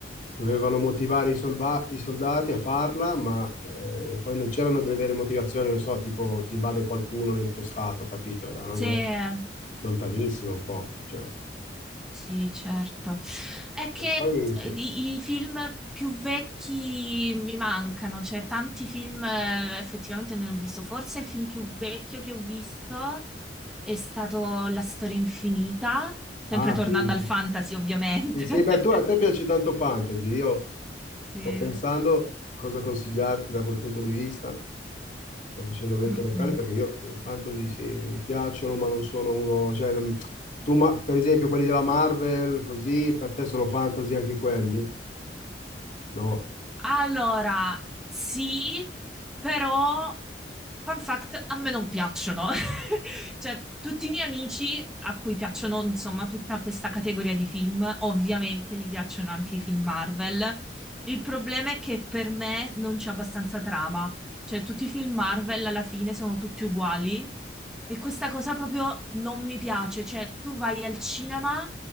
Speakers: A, on the left; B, in the centre.
A: dovevano motivare i, solva- i soldati a farla, ma eh, poi non c'erano delle vere motivazioni, non so, tipo ti invade qualcuno nel tuo stato, capito? Era una
B: Sì.
A: guerra lontanissima un po', cioè.
B: Sì, certo. È che
A: E poi sì,
B: eh, i, i film più vecchi mi mancano, cioè tanti film eh, effettivamente non li ho visto. Forse il film più vecchio che ho visto è stato La storia infinita, sempre
A: Ah,
B: tornando
A: sì.
B: al fantasy, ovviamente.
A: Sì, sì,
B: <laughs>
A: beh, tu- a te piace tanto fantasy. Io
B: Sì.
A: sto pensando cosa consigliarti da quel punto di vista. Sto facendo mente
B: Mm-mm.
A: locale perché io eh, fantasy sì, mi piacciono, ma non sono uno. Cioè, non- tu, ma- per esempio, quelli della Marvel, così, per te sono fantasy anche quelli? No.
B: Allora, sì, però, fun fact, a me non piacciono. <laughs> Cioè, tutti i miei amici a cui piacciono, insomma, tutta questa categoria di film, ovviamente gli piacciono anche i film Marvel. Il problema è che per me non c'è abbastanza trama. Cioè, tutti i film Marvel alla fine sono tutti uguali e questa cosa proprio non mi piace. Cioè, tu vai al cinema,